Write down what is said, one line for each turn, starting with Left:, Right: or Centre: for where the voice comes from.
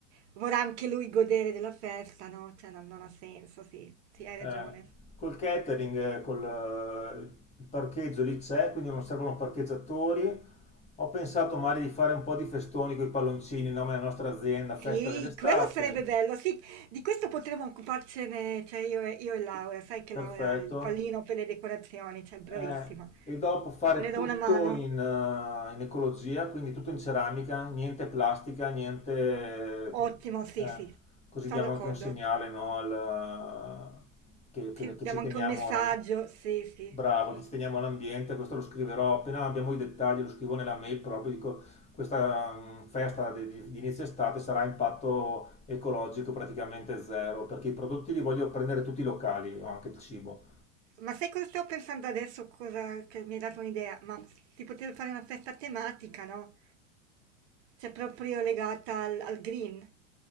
Right: vorrà anche lui godere della festa, no? Cioè, non, non ha senso, sì. Sì, hai
Left: eh,
Right: ragione.
Left: col catering, eh, col eh, il parcheggio lì c'è, quindi non servono parcheggiatori. Ho pensato magari di fare un po' di festoni con i palloncini, in nome della nostra azienda, festa
Right: Sì,
Left: dell'estate.
Right: quello sarebbe bello, sì, di questo potremmo occuparcene, cioè io e, io e Laura, sai che
Left: Perfetto.
Right: Laura ha il pallino per le decorazioni, cioè bravissima.
Left: Eh, e dopo fare
Right: Le
Left: tutto
Right: do una mano,
Left: in, eh, in ecologia, quindi tutto in ceramica, niente plastica, niente...
Right: ottimo, sì,
Left: eh,
Right: sì,
Left: così
Right: sono
Left: diamo
Right: d'accordo.
Left: anche un segnale, no, al- che, che-
Right: Sì,
Left: che
Right: diamo
Left: ci teniamo
Right: anche un messaggio,
Left: alla-
Right: sì, sì,
Left: bravo,
Right: sì.
Left: che ci teniamo all'ambiente, questo lo scriverò, appena abbiamo i dettagli lo scrivo nella mail proprio, dico questa mm, festa di, di- di inizio estate sarà a impatto ecologico praticamente zero, perché i prodotti li voglio prendere tutti locali, o anche il cibo.
Right: Ma sai cosa stavo pensando adesso? Cosa che mi hai dato un'idea? Ma si poteva fare una festa tematica, no? Cioè proprio legata al, al green,